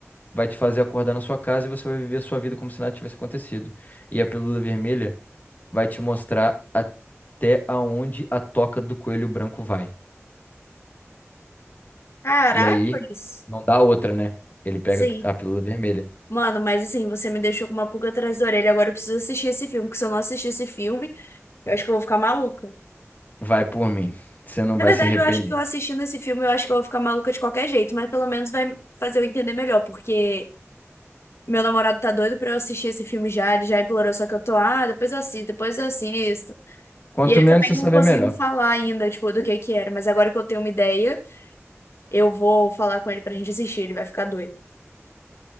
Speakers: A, on the left; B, on the left.
A: vai te fazer acordar na sua casa e você vai viver a sua vida como se nada tivesse acontecido. E a pílula vermelha vai te mostrar até aonde a toca do coelho branco vai.
B: Caracoles.
A: E aí, não dá outra, né? Ele pega
B: Sim.
A: a pílula vermelha.
B: Mano, mas assim, você me deixou com uma pulga atrás da orelha. Agora eu preciso assistir esse filme, porque se eu não assistir esse filme, eu acho que eu vou ficar maluca.
A: Vai por mim, você não
B: Na
A: vai
B: verdade,
A: se arrepender.
B: eu acho que eu assistindo esse filme, eu acho que eu vou ficar maluca de qualquer jeito, mas pelo menos vai fazer eu entender melhor, porque meu namorado tá doido pra eu assistir esse filme já, ele já implorou, só que eu tô, ah, depois eu assisto, depois eu assisto.
A: Quanto
B: E ele
A: menos
B: também
A: você
B: não
A: saber,
B: conseguiu
A: melhor.
B: me falar ainda, tipo, do que que era, mas agora que eu tenho uma ideia. Eu vou falar com ele pra gente assistir, ele vai ficar doido.